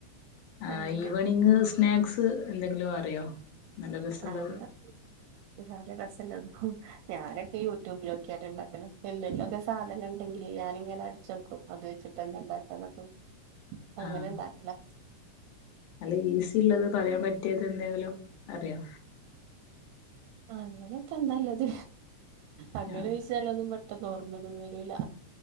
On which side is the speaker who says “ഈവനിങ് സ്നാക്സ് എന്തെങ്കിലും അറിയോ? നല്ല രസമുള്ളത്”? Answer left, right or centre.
Left